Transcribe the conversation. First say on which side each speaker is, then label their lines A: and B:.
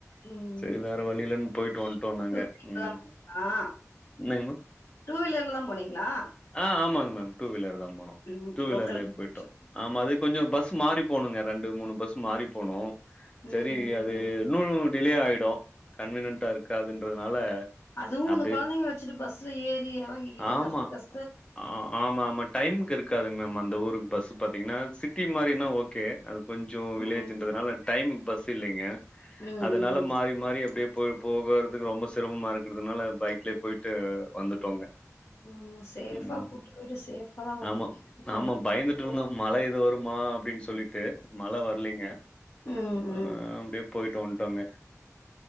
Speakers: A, on the left; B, on the left.
A: ம்
B: சரி வேற வழியில்லன் போயிட்டு வந்ட்டோ நாங்க
A: டூ வீலர்லதா
B: ம்
A: போனீங்களா
B: என்னங்க மா
A: டூ வீலர்ல தா போனீங்ளா
B: ஆ ஆமாங் மேம் டூ வீலர்லதா போனோ
A: ம்
B: டூ வீலர்லயே
A: லோக்கல் ம்
B: போயிட்டோ ஆமா அது கொஞ்சோ பஸ் மாறி போணுங்க ரெண்டு மூணு பஸ் மாறி போணு சரி
A: ம்
B: அது
A: ம்
B: இன்னு டிலே ஆயிடு கன்வினியன்டா இருக்காதுன்றதுனால
A: அதுவு இந்த
B: அப்டியே
A: குழந்தைங்க வச்சுட்டு பஸ்ல ஏறி இறங்கிக்கிட்டு
B: ஆமா.
A: கச கச
B: ஆ ஆமா ஆமா டைம்க்கு இருக்காதுங் மேம் அந்த ஊருக் பஸ் பாத்தீங்னா சிட்டி மாரின்னா ஓகே அது கொஞ்சோ வில்லேஜ்ன்றதுனால
A: ம்
B: டைமுக்கு பஸ் இல்லீங்க
A: ம்
B: அதனால
A: ம்
B: மாறி மாறி அப்டியே போய் போகறதுக்கு ரொம்ப சிரமமா இருக்கிறதுனால பைக்யலே போய்ட்டு வந்துட்டோங்க
A: ம் சேஃபா
B: ம்.
A: கூட்டு போயிட்டு சேஃபா தா வரணு
B: ஆமா.
A: <unintelligible>
B: ஆமா. பயந்துட்டு இருந்தோம். மழை எது வருமா அப்டின் சொல்லி ட்டு மழ வர்லிங்க
A: ம்
B: அ
A: ம்
B: அப்டியே போயிட்டு வந்துட்டோங்க